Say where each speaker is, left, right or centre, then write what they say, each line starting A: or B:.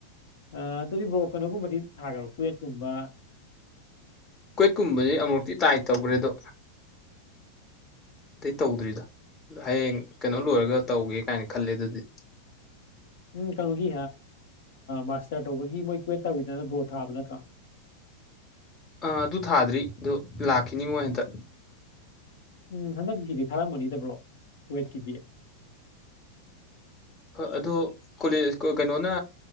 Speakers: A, on the left; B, on the left.
A: ꯑ ꯑꯗꯨꯗꯤ ꯕ꯭ꯔꯣ ꯀꯩꯅꯣꯒꯨꯝꯕꯗꯤ ꯊꯥꯈ꯭ꯔꯕ ꯀꯋꯦꯠꯀꯨꯝꯕ
B: ꯀꯣꯏꯠꯀꯨꯝꯕꯁ ꯑꯃꯨꯛꯇꯤ ꯇꯥꯏ ꯇꯧꯈ꯭ꯔꯦꯗꯣ ꯑꯇꯩ ꯇꯧꯗ꯭ꯔꯤꯗꯣ ꯍꯌꯦꯡ ꯀꯩꯅꯣ ꯂꯣꯏꯔꯒ ꯇꯧꯒꯦ ꯀꯥꯏꯅ ꯈꯜꯂꯦ ꯑꯗꯨꯗꯤ
A: ꯎꯝ ꯀꯩꯅꯣꯒꯤ ꯃꯥꯁꯇꯔ ꯇꯧꯕꯒꯤ ꯃꯣꯏ ꯀ꯭ꯋꯦꯠ ꯇꯧꯋꯤꯗꯅ ꯕ꯭ꯔꯣ ꯊꯥꯕ ꯅꯠꯇ꯭ꯔꯣ <unintelligible>
B: ꯑꯥ ꯑꯗꯨ ꯊꯥꯗ꯭ꯔꯤ ꯑꯣ ꯂꯥꯛꯈꯤꯅꯤ ꯃꯣꯏ ꯍꯟꯇ
A: ꯎꯝ ꯍꯟꯗꯛꯀꯤꯗꯤ ꯊꯥꯔꯝꯕꯅꯤꯗꯕ꯭ꯔꯣ ꯀꯋꯦꯠꯀꯤꯗꯤ
B: ꯑꯗꯨ ꯀꯣꯂꯦ ꯀꯩꯅꯣꯅ